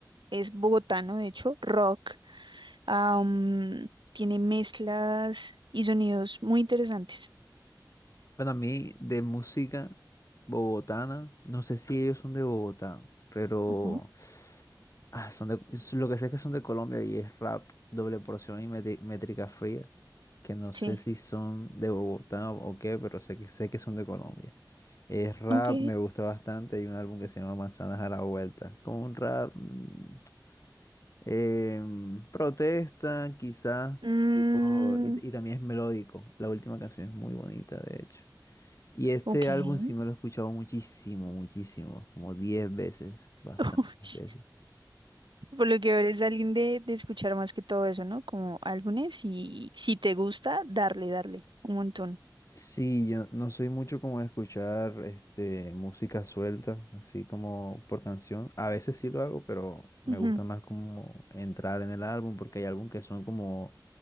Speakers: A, on the right; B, on the left.
A: es bogotano, de hecho, rock, ah, mm, tiene mezclas y sonidos muy interesantes.
B: Bueno, a mí de música bogotana, no sé si ellos son de Bogotá, pero
A: Ujú,
B: ah, son de, es lo que sé es que son de Colombia y es rap, doble porción y metri- métrica fría, que no sé
A: Sí,
B: si son de Bogotá o qué, pero sé que sé que son de Colombia. Es rap,
A: ok.
B: me gusta bastante. Hay un álbum que se llama Manzanas a la Vuelta, como un rap. mm, Em, protesta, quizás,
A: Mm,
B: tipo, y, y también es melódico. La última canción es muy bonita, de hecho. Y este
A: ok.
B: álbum sí me lo he escuchado muchísimo, muchísimo, como 10 veces, bastantes
A: <laughs>
B: veces.
A: Por lo que eres alguien de, de escuchar más que todo eso, ¿no? Como álbumes y si te gusta, darle, darle un montón.
B: Sí, yo no soy mucho como de escuchar este, música suelta, así como por canción. A veces sí lo hago, pero me
A: Ujú,
B: gusta más como entrar en el álbum, porque hay álbumes que son como